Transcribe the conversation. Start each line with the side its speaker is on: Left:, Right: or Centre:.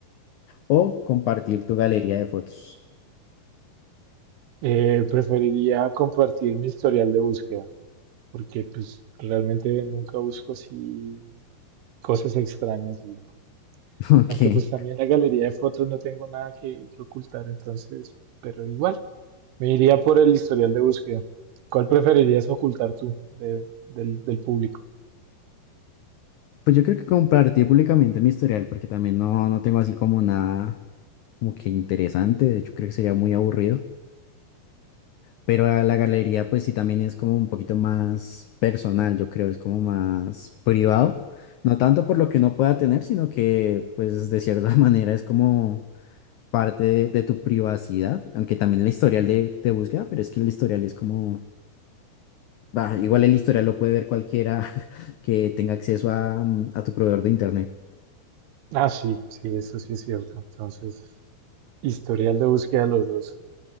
Left: o compartir tu galería de fotos.
Right: Eh, preferiría compartir mi historial de búsqueda, porque pues realmente nunca busco así cosas extrañas y no.
Left: <laughs> Ok.
Right: Aunque pues también la galería de fotos no tengo nada que, que ocultar, entonces, pero igual, me iría por el historial de búsqueda. ¿Cuál preferirías ocultar tú de- del, del público?
Left: Pues yo creo que compartir públicamente mi historial, porque también no, no tengo así como nada como que interesante. De hecho, creo que sería muy aburrido. Pero a la galería, pues sí, también es como un poquito más personal, yo creo, es como más privado. No tanto por lo que uno pueda tener, sino que, pues, de cierta <laughs> manera es como parte de, de tu privacidad, aunque también el historial de, de búsqueda, pero es que el historial es como, bah, igual el historial lo puede ver cualquiera <laughs> que tenga acceso a, mm, a tu proveedor de internet.
Right: Ah, sí, sí, eso sí es cierto. Entonces, historial de búsqueda los dos.